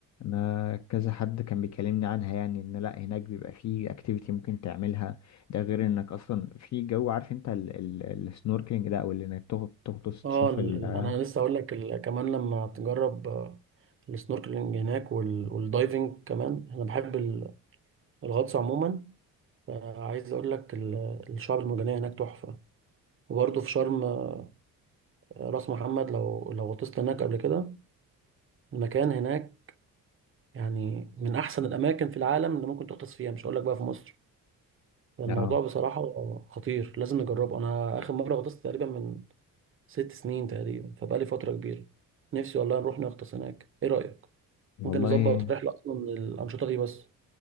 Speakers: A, on the left; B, on the right.
A: انا كذا حد كان بيكلمني عنها يعني ان لا هناك بيبقى فيه اكتيفيتي ممكن تعملها ده غير انك اصلا في جو عارف انت ال- ال- السنوركلينج ده او اللي انك تغط- تغطس
B: اه
A: تشوف
B: ال-
A: ال
B: ال- انا لسه اقول لك ال- كمان لما تجرب آه، السنوركلينج هناك وال- والدايفنج كمان انا بحب ال- الغطس عموما فعايز اقول لك ال- الشعاب المرجانيه هناك تحفه وبرضه في شرم آه، راس محمد لو لو غطست هناك قبل كده المكان هناك يعني من احسن الاماكن في العالم اللي ممكن تغطس فيها مش هقول لك بقى في مصر فالموضوع
A: اه
B: بصراحة خطير لازم نجربه انا اخر مرة غطست تقريبا من ست سنين تقريبا فبقالي فترة كبيرة نفسي والله نروح نغطس هناك ايه رأيك
A: والله
B: ممكن نظبط رحلة اصلا للأنشطة دي بس